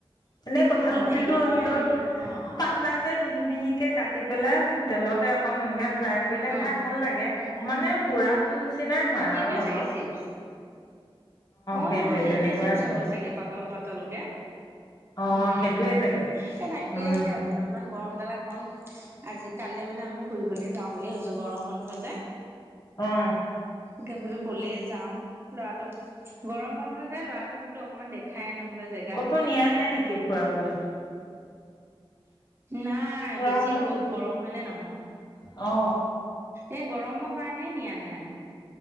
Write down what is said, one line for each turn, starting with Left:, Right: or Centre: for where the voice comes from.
Left: এনেই কঁঠাল
Right: অ
Left: গুটিটো
Right: এনে কিন্তু মই
Left: একদম
Right: হেৰি বনাও
Left: পাত কিলাকে মিহি মিহিকে কাটি পেলাই তেলতে অকণ এনেকে ফ্ৰাই কৰিলে
Right: অ
Left: খাই ভাল লাগে মানে পুৰাটো নিচিনাই হয়
Right: অ সেইটোয়ে
Left: আৰু অলপ
Right: চাগে চিপছ অ'
Left: সেইটোৱে
Right: নহয় সেইটোয়ে
Left: তেনেকুৱাই
Right: চিপছ
Left: হয়
Right: হ'ব চাগে পাতল পাতলকে।
Left: অ
Right: উম
Left: সেইটোৱে
Right: উম
Left: চাগে
Right: এটাকহে
Left: উম
Right: বোলো ইমান গৰম দাল এখন আজি কালি মানে আমি ফুৰিবলে যাওঁ বুলিুল ভাবিছো গৰম বন্ধত যে
Left: অ
Right: তিয়া বোলো ক'লে যাও লৰাটোক গৰম বন্ধ যে ল'ৰাটোক বোলো অ অকমান দেখাই আনোগ গৈ জেগা।
Left: ক'তো নিয়াই নাই নেকি ফুৰাবলে
Right: নাই
Left: ফুৰাবলে
Right: বেছি ৰ'দ গৰম হয় নে নহয়
Left: অ
Right: এই গৰমৰ কাৰণে নিয়া নাই।